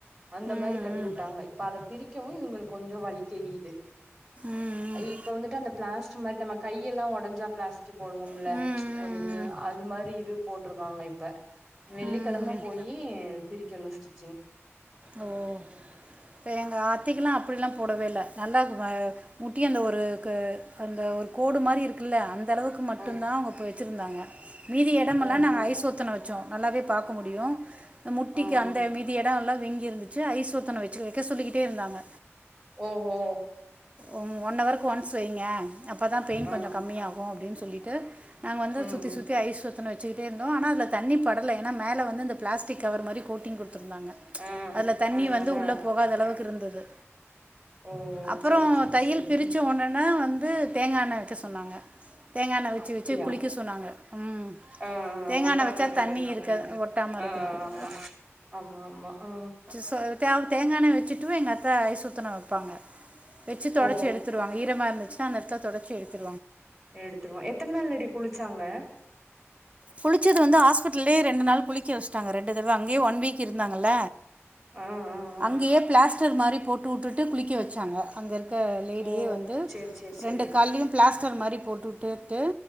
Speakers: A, in the centre; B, on the right.
A: அந்த
B: ம்
A: மாரி
B: ம்
A: கட்டி வுட்டாங்க இப்ப அத பிரிக்கவு இவுங்களுக்கு கொஞ்சோ வலி தெரியுது
B: ம் ம்
A: இப்ப வந்துட்டு அந்த ப்ளாஸ்ட் மாரி நம்ம கையெல்லா ஒடஞ்சா ப்ளாஸ்ட்ரு போடுவோம்ல
B: ம்,
A: ஒரு
B: ம்,
A: அது மாரி இது போட்ருக்காங்க இப்ப வெள்ளிக்கெழம
B: ம்.
A: போயி பிரிக்கணு ஸ்டிச்சிங்
B: ஓ இப்ப எங்க அத்தைக்கெலா அப்டில்லா போடவே இல்ல நல்லாக்கு வ முட்டியாண்ட அந்த ஒரு கு அந்த ஒரு கோடு மாரி இருக்குல்ல அந்த அளவுக் க்கு மட்டுந்தா
A: ஆ
B: அவுங்க அப்ப வச்சுருந்தாங்க மீதி எடமெல்லா
A: ஓஹோ
B: நாங்க ஐஸ் ஒத்தனும் வச்சோ நல்லாவே பாக்க முடியு முட்டிக்கு
A: ஆ ஆ
B: அந்த மீதி எடோல்லா இருந்துச்சு ஐஸ் ஒத்தனோ வச்சு வக்க சொல்லிக்கிட்டே இருந்தாங்க
A: ஓ ஹோ
B: ஒம் ஒன்னவர் ஒன்ஸ் வைங்க அப்பதா பெயின்
A: ஆ
B: கொஞ்ச கம்மியாகு அப்டின் சொல்லிட்டு நாங்க வந்து
A: ம்
B: சுத்தி
A: ம்
B: சுத்தி ஐஸ் வச் வச்சுக்கிட்டேருந்தோ ஆனா அதுல தண்ணி படல ஏன்னா மேல வந்து இந்த பிளாஸ்டிக் கவர் மாரி கோட்டிங் குடுத்துருந்தாங்க
A: ஆ
B: அதுல தண்ணி
A: அதனால
B: வந்து உள்ள போகாத அளவுக்கு இருந்தது
A: ஓ
B: அப்பறோ
A: சேரி சேரி
B: தையல்
A: சேரி
B: பிருச்ச
A: ம்
B: உடன வந்து தேங்காண்ணெ வக்க சொன்னாங்க தேங்காண்ணெ வச்சு
A: அப்டியா
B: வச்சு குளிக்க சொன்னாங்க ம்
A: ஆ ஆ
B: தேங்காய்
A: ஒட்டாம
B: எண்ணெய் வச்சா
A: இருக்குறது தண்ணி
B: இருக்க
A: மட்டு
B: ஒட்டாமல் இருக்கிறதுக்கு
A: ஆ ஆ ஆமா ஆமாம்மா அ
B: சொல் தே தேங்காண்ணெ வச்சுட்டு எங்க அத்த ஐஸ் ஒத்தரோ வப்பாங்க வச்சு தொடச்சு
A: ஓ ஓ
B: எடுத்துருவாங்க ஈரமா இருந்துச்சுன்னா அந்த எடத்த தொடச்சு எடுத்து
A: எடுத்துருவோ எத்தன நாள்ளடி குளுச்சாங்க
B: குளுச்சது வந்து ஹாஸ்பிட்டல்லயே ரெண்டு நாள் குளிக்க வச்ட்டாங்க ரெண்டு தடவ அங்கேயே ஒன் வீக் இருந்தாங்கல்ல
A: ஆ ஆ ஆ
B: அங்கயே பிளாஸ்டர் மாரி போட்டு வுட்டுட்டு குளிக்க வச்சாங்க அங்க இருக்க க்க லேடியே
A: ஓ
B: வந்து
A: சேரி சேரி சேரி
B: ரெண்டு கால்லையு பிளாஸ்டர் மாரி போட்டு வுட்டுட்டு